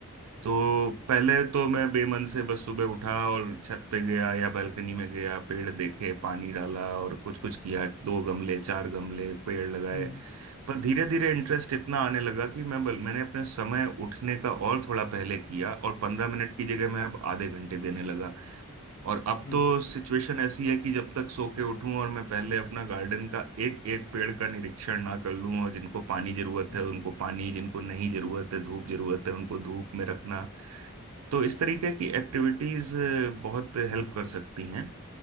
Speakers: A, on the right; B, on the left.
A: तो पहले तो मैं बेमन से बस सुबह उठा और छत पे गया या बालकनी में गया पेड़ देखे पानी डाला और कुछ कुछ किया दो गमले चार गमले पेड़ लगाए
B: हम्म
A: पर धीरे धीरे इंटरेस्ट इतना आने लगा कि मैं बल, मैंने अपने समय उठने का और थोड़ा पहले किया और पंद्रह मिनट की जगह मैं अब आधे घंटे देने लगा और अब
B: हम्म
A: तो सिचुएशन ऐसी है कि जब तक सो के उठूं और मैं पहले अपना गार्डन का एक एक पेड़ का निरीक्षण ना कर लूं और जिनको पानी जरूरत
B: हम्म,
A: है उनको पानी जिनको नहीं जरूरत है धूप जरूरत है उनको धूप में रखना तो इस तरीके की एक्टिविटीज बहुत हेल्प कर सकती हैं